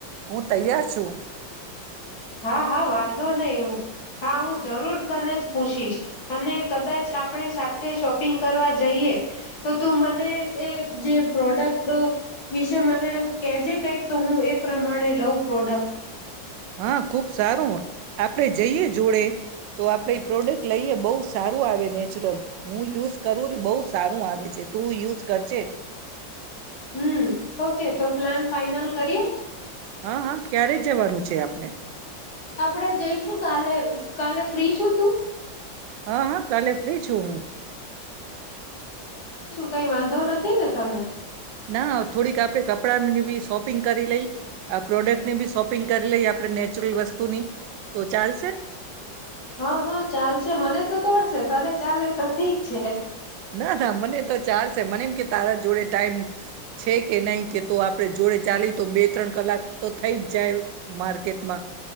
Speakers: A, on the right (about 75°); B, on the left (about 55°).
A: હું તૈયાર છું
B: હા, હા વાંધો નહીં હું હા હું જરૂર તને જ પૂછીશ. અને કદાચ આપણે સાથે શોપિંગ કરવા જઈએ, તો તું મને એ જે પ્રોડક્ટ વિશે મને કેજે કંઈક તો હું એ પ્રમાણે લઉં. પ્રોડક્ટ.
A: હા, ખુબ સારું. આપણે જઈએ જોડે. તો આપણેે એ પ્રોડક્ટ લઈએ બહુ સારું આવે નેચરલ, હું યુઝ કરું ઈ બહુ સારું આવે છે, તું યુઝ કરજે.
B: Hmm, okay. તો પ્લાન ફાાઈનલ કરીએ?
A: હા, હા. ક્યારે જવાનું છે આપને?
B: આપણેે જઈશું કાલે, કાલે ફ્રી છો તું?
A: હા, હા કાલે ફ્રી છું હું.
B: કાંઈ વાંધો નથી ને તને?
A: ના થોડી કાપે કપ આપની ભી શોપિંગ કરી લઈ, આ પ્રોડક્ટની ભી શોપિંગ કરી લઈ આપણે નેચરલ વસ્તુની તો ચાલ
B: હા, હા, ચાલશે મને તો દોડશે તને ચાલે તો ઠીક છે.
A: ના થા મને તો ચાલ શે મને એમ કે તારા જોડે ટાઈમ છે કે નહીં કે તો આપણેે જોડે ચાલી તો બે-ત્રણ કલાક તો થઈ જ જાય માર્કેટમાં